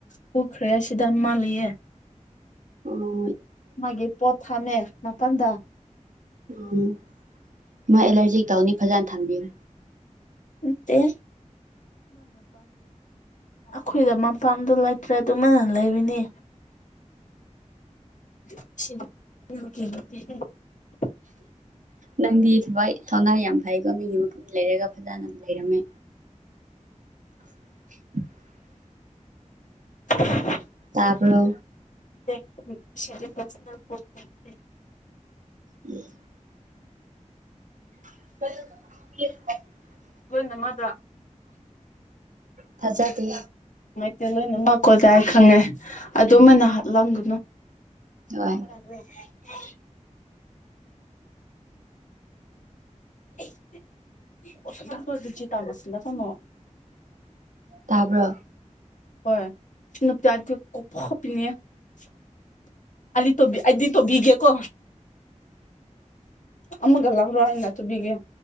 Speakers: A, on the left; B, on the right.
A: ꯄꯨꯈ꯭ꯔꯦ ꯁꯤꯗ ꯃꯥꯂꯩꯑꯦ
B: ꯎꯝ <unintelligible> <inaudible>
A: ꯃꯥꯒꯤ ꯄꯣꯠ ꯊꯥꯝꯃꯦ ꯃꯥꯄꯜꯗ
B: ꯎꯝ ꯃꯥ ꯑꯦꯂꯔꯖꯤꯛ ꯇꯧꯅꯤ ꯐꯖꯅ ꯊꯝꯕꯤꯔꯨ
A: <unintelligible> ꯑꯩꯈꯣꯏꯗ ꯃꯐꯝꯗꯣ ꯂꯩꯇ꯭ꯔꯦ ꯑꯗꯨꯃꯅ ꯂꯩꯕꯅꯦ <unintelligible>
B: ꯅꯪꯗꯤ ꯊꯕꯛ ꯊꯧꯅꯥ ꯌꯥꯝ ꯐꯩꯀꯣ ꯃꯤꯒꯤ ꯃꯐꯝꯗ ꯂꯩꯔꯒ ꯐꯖꯅ ꯂꯩ ꯂꯩꯔꯃꯦ <unintelligible>
A: <unintelligible>
B: ꯇꯥꯕ ꯔꯣ
A: ꯦ <unintelligible>
B: <unintelligible> <unintelligible>
A: <unintelligible>
B: ꯊꯖꯗꯦ
A: <unintelligible> ꯈꯪꯉꯦ ꯑꯗꯨꯝꯃꯅ
B: ꯎꯝ
A: ꯍꯥꯠꯂꯝꯒꯅꯨ <unintelligible>
B: ꯍꯣꯏ
A: <unintelligible>
B: ꯇꯥꯕ꯭ꯔꯣ
A: ꯍꯣꯏ <unintelligible> <unintelligible> ꯑꯩꯗꯤ ꯇꯣꯕꯤꯒꯦ ꯀꯣ ꯑꯃꯒ ꯂꯧꯔꯣ ꯍꯥꯏꯅ ꯇꯨꯕꯤꯒꯦ